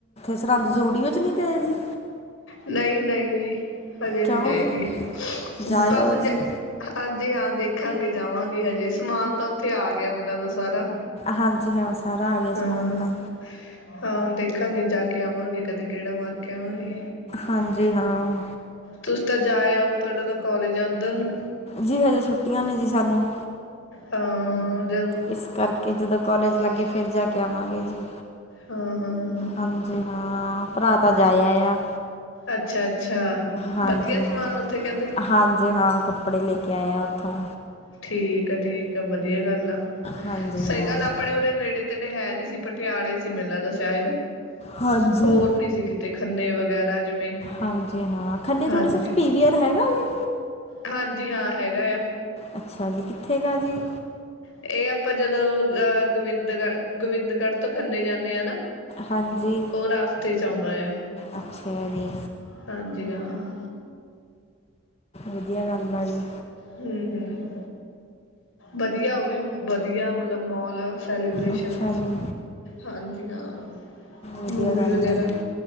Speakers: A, on the left; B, on the left.
A: ਸਰਹੰਦ ਹਜੂਰੀ ਵਿੱਚ ਨਹੀ ਗਏ ਜੀ।
B: ਨਹੀ- ਨਹੀ, ਜੀ ਹਜੇ
A: ਕਿਉਂ
B: ਨਹੀ ਗਏ
A: ਜੀ
B: ਗੇ
A: ਜਾਇਓ
B: ਬਸ ਜ
A: ਜੀ
B: ਹਾਂਜੀ ਹਾਂ ਦੇਖਾਂਗੇ ਜਾਵਾਂਗੇ ਹਜੇ ਸਮਾਨ ਤਾਂ ਉਥੇ ਆ ਗਿਆ ਮੈਨੂੰ ਲਗਦਾ ਸਾਰਾ।
A: ਹਾਂਜੀ ਹਾਂ ਸਾਰਾ ਆ ਗਿਆ
B: ਹਾਂ
A: ਸਮਾਨ ਤਾਂ।
B: ਹਾਂ ਦੇਖਾਂਗੇ ਜਾ ਕੇ ਆਵਾਂਗੇ ਕਦੇ ਗੇੜਾ ਮਾਰ ਕੇ ਆਵਾਂਗੇ।
A: ਹਾਂਜੀ ਹਾਂ।
B: ਤੁਸੀ ਤਾਂ ਜਾਇਉਂ ਥੋੜਾ ਤਾਂ ਕਾਲਜ ਆ ਉਧਰ ਨੂੰ।
A: ਜੀ ਹਜੇ ਛੁੱਟੀਆਂ ਨੇ ਜੀ ਸਾਨੂੰ।
B: ਹਾਂ ਜ
A: ਇਸ ਕਰਕੇ ਜਦੋਂ ਕਾਲਜ ਲੱਗੇ ਫਿਰ ਜਾ ਕੇ ਆਵਾਂਗੇ ਜੀ
B: ਹਾਂ ਹਾਂ
A: ਹਾਂਜੀ। ਤੇ ਹਾਂ ਭਰਾ ਤਾਂ ਜਾਇਆ ਆ।
B: ਅੱਛਾ ਅੱਛਾ
A: ਹਾਂਜੀ
B: ਵਧੀਆ ਸਮਾਨ
A: ਹਾਂ,
B: ਉੱਥੇ ਕਹਿੰਦੇ
A: ਹਾਂਜੀ ਹਾਂ। ਕੱਪੜੇ ਲੈ ਕੇ ਆਇਆ ਉੱਥੋਂ।
B: ਠੀਕ ਆ ਠੀਕ ਆ ਵਧੀਆ ਗੱਲ ਆ,
A: ਹਾਂਜੀ
B: ਸਹੀ
A: ਹਾਂ
B: ਗੱਲ ਆਪਣੇ ਉਹਦੇ ਨੇੜੇ ਤੇੜੇ ਹੈ ਨੀ ਸੀ ਪਟਿਆਲੇ ਸੀ ਮੈਨੂੰ ਲਗਦਾ ਸ਼ਾਇਦ।
A: ਹਾਂਜੀ
B: ਹੋਰ ਨੀ ਸੀ ਕਿਤੇ ਖੰਨੇ ਵਗੈਰਾ ਜਿਵੇਂ
A: ਹਾਂਜੀ ਹਾਂ, ਖੰਨੇ
B: ਹਾਂਜੀ
A: ਤੁਹਾਡੇ ਸੱਚ ਪੀਵੀਅਰ ਹੈਗਾ ਜ
B: ਹਾਂਜੀ ਹਾਂ ਹੈਗਾ ਆ।
A: ਅੱਛਾ ਜੀ, ਕਿੱਥੇ ਕ ਆ ਜੀ।
B: ਇਹ ਆਪਾਂ ਜਦੋਂ ਅਹ ਗੋਬਿੰਦਗੜ ਗੋਬਿੰਦਗੜ੍ਹ ਤੋਂ ਖੰਨੇ ਜਾਂਣੇ ਆ ਨਾ।
A: ਹਾਂਜੀ
B: ਉਹ ਰਸਤੇ 'ਚ' ਆਉਂਦਾ ਆ।
A: ਅੱਛਾ ਜੀ।
B: ਹਾਂਜੀ ਹਾਂ।
A: ਵਧੀਆ ਗੱਲ ਆ ਜੀ।
B: ਹਮ-ਹਮ। ਵਧੀਆ ਉਹ, ਵਧੀਆ ਮਤਲਬ ਮੋਲ ਆ ਸੈਲੀਬਰੇਸ਼ਨ।
A: ਅੱਛਾ ਜੀ
B: ਹਾਂਜੀ ਹਾਂ,
A: ਵਧੀਆ
B: ਮੂਵੀ
A: ਗੱਲ
B: ਵਗੈਰਾ,
A: ਆ ਜੀ